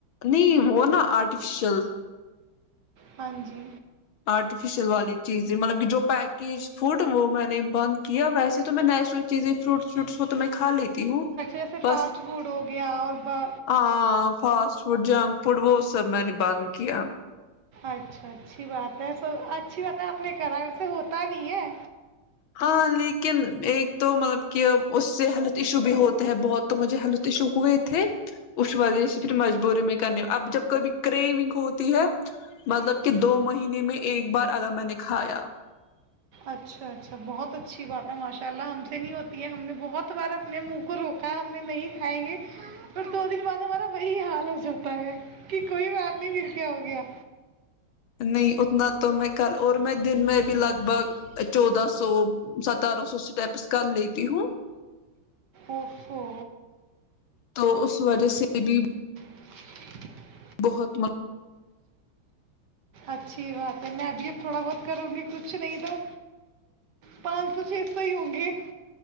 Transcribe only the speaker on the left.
نہیں وہ نا آرٹیفیشل
آرٹیفیشیل والی چیزیں مطلب کہ جو پیکیج فوڈ وہ میں نے بند کیا ویسے تو میں نیچرل چیزیں فروٹس فٹس وہ تو میں کھا لیتی ہوں
بس
ہاں فاسٹ فوڈ جنک فوڈ وہ سب میں نے بند کیا
ہاں لیکن ایک تو مطلب کہ اس سے ہیلتھ ایشو بھی ہوتے ہے بہت تو مجھے ہیلتھ ایشو ہوئے تھے اس وجہ سے پھر مجبوری میں کرنی ہو اب جب کبھی کریمنگ ہوتی ہے مطلب کہ دو مہینے میں -ایک بار اگر میں نے کھایا
نہیں ا <inaudible> نہ تو میں کر اور میں دن میں بھی لگ بھگ چودہ سو سترا سو اسٹیپس کر لیتی ہوں
تو اس وجہ سے بھی
بہت